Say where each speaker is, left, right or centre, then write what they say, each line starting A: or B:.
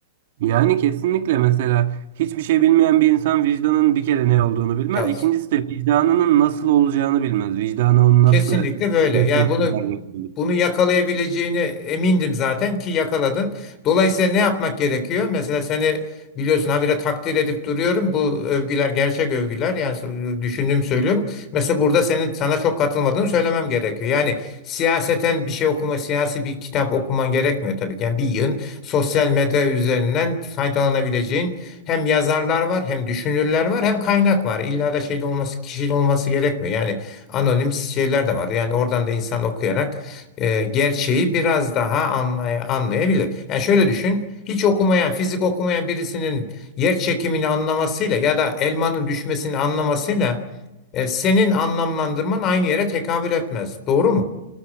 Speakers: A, on the right; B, on the left.
A: Yani kesinlikle mesela hiçbir şey bilmeyen bir insan vicdanın bir kere ne olduğunu bilmez.
B: Evet.
A: İkincisi de vicdanının nasıl olacağını bilmez. Vicdana onu
B: Kesinlikle
A: nasıl
B: böyle.
A: tepkiler
B: Yani bunu
A: verdiğini.
B: bunu yakalayabileceğine emindim zaten ki yakaladın. Dolayısıyla ne yapmak gerekiyor? Mesela seni biliyorsun habire takdir edip duruyorum. Bu övgüler gerçek övgüler. Yani so- düşündüğümü söylüyorum. Mesela burada senin sana çok katılmadığını söylemem gerekiyor. Yani siyaseten bir şey okuma, siyasi bir kitap okuman gerekmiyor tabii ki. Yani bir yığın sosyal medya üzerinden faydalanabileceğin hem yazarlar var, hem düşünürler var, hem kaynak var. İlla da şeyde olması, kişiyle olması gerekmiyor. Yani Anonim şeyler de var. Yani oradan da insan okuyarak e, gerçeği biraz daha anlay anlayabilir. Yani şöyle düşün, hiç okumayan, fizik okumayan birisinin yer çekimini anlamasıyla ya da elmanın düşmesini anlamasıyla e, senin anlamlandırman aynı yere tekabül etmez. Doğru mu?